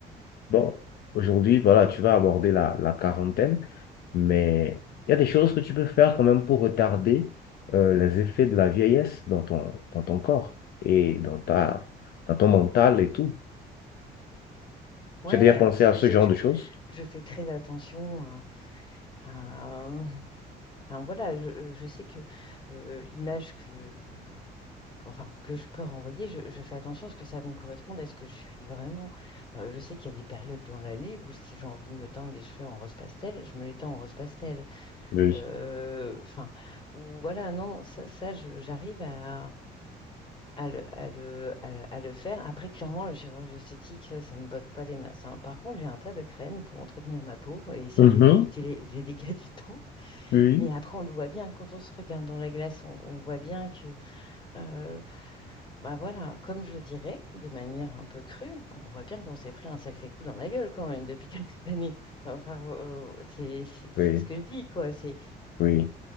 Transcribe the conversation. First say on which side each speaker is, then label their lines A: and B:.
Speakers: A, on the left; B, on the left.
A: bon, aujourd'hui, voilà, tu vas aborder la, la quarantaine, mais il y a des choses que tu peux faire quand même pour retarder euh, les effets de la vieillesse dans ton, dans ton corps et dans ta, dans ton mental et tout.
B: Ouais,
A: Tu as déjà pensé
B: alors c'est-
A: à ce
B: je sais
A: genre
B: que je,
A: de choses?
B: je fais très attention à. Enfin, voilà, je, euh, je sais que euh, l'image que, enfin, que je peux renvoyer, je, je fais attention à ce que ça me corresponde, à ce que je suis vraiment. Euh, je sais qu'il y a des périodes dans l'année où si j'ai envie de me teindre les cheveux en rose pastel, je me les teins en rose pastel.
A: Oui.
B: Euh, Enfin, ou voilà, non, ça, ça, je- j'arrive à, à le, à le, à le- à le faire. Après, clairement, la chirurgie esthétique, ça, ça me botte pas des masses. hein. Par contre, j'ai un tas de crèmes pour entretenir ma peau et essayer
A: Mhm,
B: de limiter les, les dégâts <laughs> du temps.
A: Oui.
B: Mais après, on le voit bien, quand on se regarde dans la glace, on, on voit bien que, euh, bah voilà, comme je dirais, de manière un peu crue, on voit bien qu'on s'est pris un sacré coup dans la gueule quand même depuis <laughs> quelques années. Enfin, euh, c'est, c'est, c'est
A: Oui,
B: ce que je dis, quoi. C'est,
A: oui.